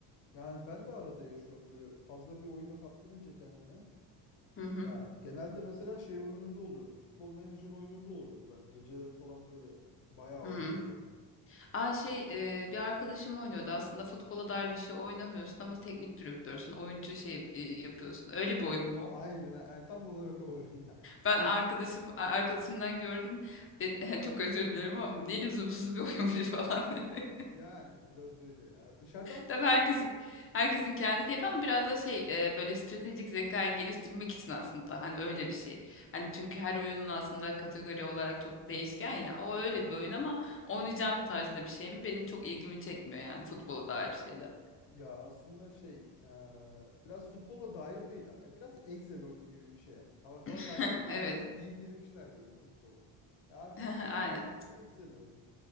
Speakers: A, on the left; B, on the left.
A: Yani ben de arada yaşıyorum böyle fazla bir oyuna kaptırınca kendimi.
B: Hı hı.
A: Ya genelde mesela şey oyununda oluyordu. Futbol Manager oyununda oluyordu. Ben geceleri falan böyle bayağı
B: Hı.
A: oynuyordum.
B: Aa şey e, bir arkadaşım oynuyordu aslında futbola dair bir şey oynamıyorsun ama teknik direktörsün oyuncu şey e, yapıyorsun öyle bir oyun mu?
A: Aynen ha, tam olarak o <laughs> oyun ya.
B: Ben
A: Ege-
B: arkadaşım arkadaşımdan gördüm. Dedi <laughs> çok özür dilerim ama ne lüzumsuz bir oyunmuş <laughs> falan dedi.
A: yani biraz öyle ya. Dışarıdan
B: Tabii
A: bakınca
B: herkesin herkesin kendi keyfi ama biraz da şey e, böyle stratejik zekayı geliştirmek için aslında hani öyle bir şey. Hani çünkü her oyunun aslında kategori olarak çok değişken ya. O öyle bir oyun ama oynayacağım tarzda bir şey mi? Benim çok ilgimi çekmiyor yani futbola dair şeyler.
A: ya aslında şey eee, biraz futbola dair değil ha. E, Biraz Excel oyunu gibi bir şey. ya. Ama normalde
B: <laughs>
A: üstüne
B: Evet.
A: giydirmişler böyle futbolu. Ya arka
B: <laughs>
A: planına
B: Aynen.
A: baktığında Excel oyunu.